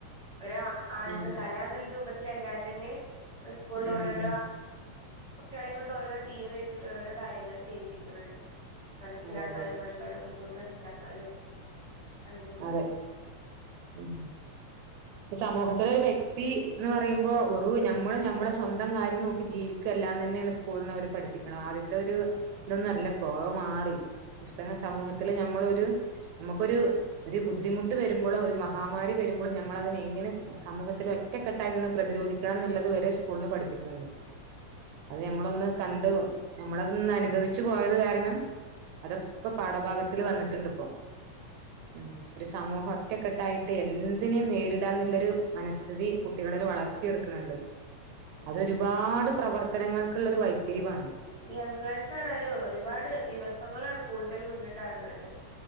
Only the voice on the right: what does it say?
ഉം
ഉം
ഉം
അതെ അതെ
അതെ
ഉം
സമൂഹത്തിലൊരു വ്യക്തി എന്ന് പറയുമ്പോ ഒറു ഞമ്മളും ഞമ്മളെ സ്വന്തം കാര്യം നോക്കി ജീവിക്കെല്ലാന്നെനെണ്. സ്കൂള്ന്ന് അവര് പഠിപ്പിക്കണത് ആദ്യത്തെ ഒരു ഇതൊന്നും അല്ല ഇപ്പൊ അത് മാറി. പുസ്തകങ്ങൾ സമൂഹത്തില്
നമ്മളൊരു നമുക്കൊരു. ഒരു ബുദ്ധിമുട്ട് വെരുമ്പൊളോ ഒരു മഹാമാരി വെരുബൊളൊ നമ്മളതിനെ എങ്ങനെ സ- സമൂഹത്തിൽ ഒറ്റക്കെട്ടായി നിന്ന് പ്രതിരോധിക്കണം ന്ന്ള്ളത് വരെ സ്കൂള്ന്ന് പഠിപ്പിക്കുന്നുണ്ട്. അത്
ഞമ്മളൊന്ന് കണ്ടു ഞമ്മളതൊന്ന് അനുഭവിച്ചു പോയത് കാരണം. അതൊക്കെ
പാഠഭാഗത്തില് വന്നിട്ട്ണ്ട് പ്പോ ഉം. ഒരു സമൂഹം ഒറ്റക്കെട്ടായിട്ട് എന്തിനേം നേരിടാന്ന്ള്ളൊരു മനഃസ്ഥിതി കുട്ടികളില് വളർത്തിയെട്ക്ക്‌ണ് ണ്ട്.
അതൊരുപാട് പ്രവർത്തനങ്ങൾക്ക്‌ള്ളൊരു വഴിത്തിരിവാണ്.